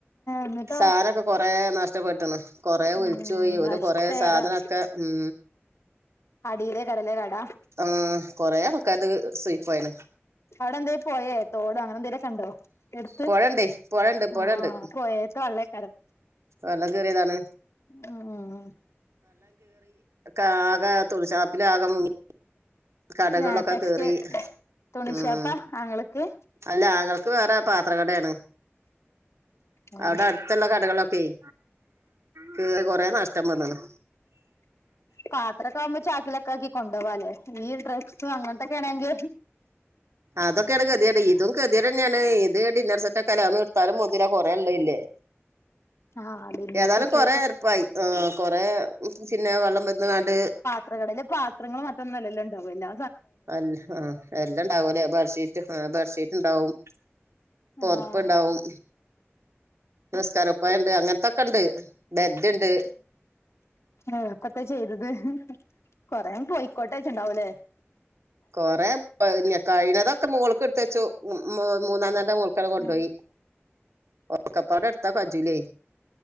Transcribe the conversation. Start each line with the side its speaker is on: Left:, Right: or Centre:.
Left: എന്നിട്ടോ
Right: സാനൊക്കെ കൊറേ നഷ്ടപ്പെട്ടണ്ണ് കൊറേ ഒലിച്ചു
Left: ഉം
Right: പോയി ഓല്
Left: നഷ്ടകരം
Right: കൊറേ സാധനൊക്കേ ഉം
Left: അടിയിലേക്കരല്ലേ കട
Right: ഉം കൊറേ ആൾക്കാരത് സുയിപ്പായിന്
Left: അവടെന്തേലും പൊയേ തോട് അങ്ങനെന്തേലൊക്കെണ്ടോ എടുത്ത്
Right: പൊഴണ്ടേ പൊഴണ്ട് പൊഴണ്ട്
Left: ആഹ് പൊയേത്തെ വള്ളേക്കാരം
Right: വെള്ളം കേറിയതാണ്
Left: ഉം
Right: ആക തുണി ഷാപ്പിലാകെ മുങ്ങി കടകളൊക്കെ
Left: ഏ ടെക്സ്റ്റൈൽ
Right: കേറി
Left: തുണിഷാപ്പാ
Right: ഉം
Left: ആങ്ങളക്ക്
Right: അല്ല ആങ്ങളക്ക് വേറെ പാത്രകടയാണ്
Left: ആഹ്
Right: അവടെ അട്ത്ത്ള്ള കടകളൊക്കെയി കേറി കൊറേ നഷ്ടം വന്നണ്
Left: പാത്രക്കാവുമ്പോ ചാക്കിലൊക്കാക്കി കൊണ്ടോവാല്ലേ ഈ ഡ്രസ്സും അങ്ങനത്തെൊക്കെയ ആണെങ്കി
Right: അതൊക്കൊണ് ഗതിയേട് ഇതും ഗതിയേടന്നെയാണ് ഇത് ടിന്നർസെറ്റെക്കെല താരം മുതിര കൊറള്ളെയില്ലേ
Left: ആഹ് ഡിന്നർ
Right: ഏതായാലും
Left: സെറ്റ്
Right: കൊറേരപ്പായി ആ കൊറെ പിന്നെ വെള്ളം വെര്ന്നകാണ്ട്
Left: ത്ര കടയിലെ പാത്രങ്ങള് മറ്റൊന്നല്ലല്ലൊ ണ്ടാവുവല്ലോ
Right: അല്ല ആ എല്ലാണ്ടാവുവല്ലേ ബെർഷീറ്റ് ആ ബെർഷീറ്റ്ണ്ടാവും പൊതപ്പ്ണ്ടാവും
Left: ആഹ്
Right: നിസ്കാരപ്പായ്ണ്ട് അങ്ങനത്തക്കണ്ട് ബെഡ്ണ്ട്
Left: ആപ്പത്തെ ചെയ്തത് കൊറേ പോയിക്കോട്ടെ വച്ചണ്ടാവല്ലേ
Right: കൊറെേ കഴീണതൊക്കെ മോള്ക്ക് എടുത്തെച്ചു മൂന്നാം നെലേടെ മോൾക്കാട് കൊണ്ടോയി
Left: ഉം
Right: ഒക്കെ പാടെട്ത്ത കജുലേ